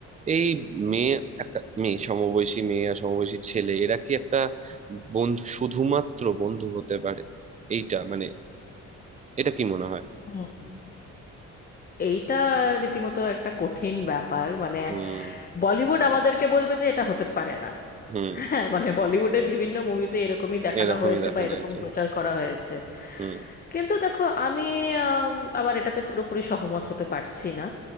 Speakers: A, on the right (about 25°); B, on the left (about 30°).
A: এই মেয়ে একটা মেয়ে সমবয়সী মেয়ে আর সমবয়সী ছেলে এরা কি একটা বন্ধু শুধুমাত্র বন্ধু হতে পারে এইটা মানে এটা কি মনে হয়
B: হুম। এইটা রীতিমতো একটা কঠিন ব্যাপার মানে
A: হুম
B: বলিউড আমাদেরকে বলবে যে এটা হতে পারে না
A: হুম
B: হ্যাঁ মানে বলিউডে বিভিন্ন মুভিতে এরকমই দেখানো
A: এরকমই
B: হয়েছে
A: দেখানো
B: বা এরকম
A: হয়েছে
B: প্রচার করা হয়েছে
A: হুম
B: কিন্তু দেখো আমি আম, আবার এটাতে পুরোপুরি সহমত হতে পারছি না